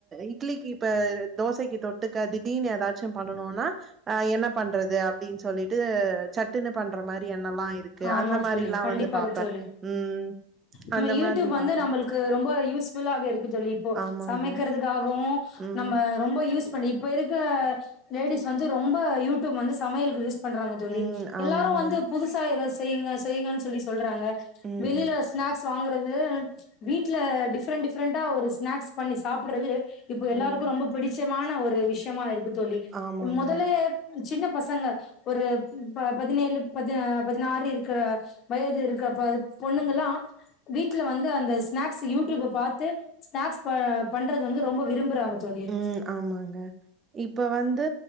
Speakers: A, on the right; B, on the left.
A: இட்லிக்கு இப்ப தோசைக்கு தொட்டுக்க தி எதாச்சு பண்ணனும்னா ஆ என்ன பண்றது அப்டின்னு சொல்லிட்டு சட்டுன்னு பண்ற மாரி எண்ணல்லா இருக் இருக்கு
B: ஆமா
A: அந்த மாரில்லா
B: தோழி. கண்டிப்பாக
A: வந்து பாபே
B: தோழி.
A: ம்
B: நம்ம
A: அந்த
B: யூடியூப்
A: மாதிரி
B: வந்து
A: பாப்பே
B: நம்மளுக்கு ரொம்ப யூஸ்ஃபுல்லாக இருக்கு தொலி இப்போ
A: ஆமாங்க
B: சமைக்கிறது க்காகவு
A: ம்
B: நம்ம ரொம்ப யூஸ் பண் இப்ப இருக்க லேடிஸ் வந்து ரொம்ப யூ டியூப் வந்து சமையலுக்கு யூஸ் பண்றாங்க தொல்லி
A: ம்
B: எல்லாரு
A: ஆமாங்க
B: வந்து புதுசா இத செய்யுங்க செய்யுங்கன்னு சொல்லி சொல்றாங்க
A: ம்
B: வெளியில ஸ்நாக்ஸ் வாங்கறது வீட்ல டிஃப்ரெண்ட் டிஃரெண்டா ஒரு ஸ்நாக்ஸ் பண்ணி சாப்புட்றது இப்போ எல்லாருக்கு
A: ம்
B: ரொம்ப பிடிச்சமான ஒரு விஷ்யமா இருக்கு தோல்லி
A: ஆமாங்க
B: மொதலே சின்ன பசங்க ஒரு இப்ப பதினேழு பதி பதினாறு இருக்கற வயது இருக்கற பொண்ணுங்கல்லா வீட்ல வந்து அந்த ஸ்நாக்ஸ் யூடியூப்ப பாத்து ஸ்நாக்ஸ் பண்றது வந்து ரொம்ப விரும்புறாங்க தொல்லி
A: ம் ஆமாங்க இப்ப வந்து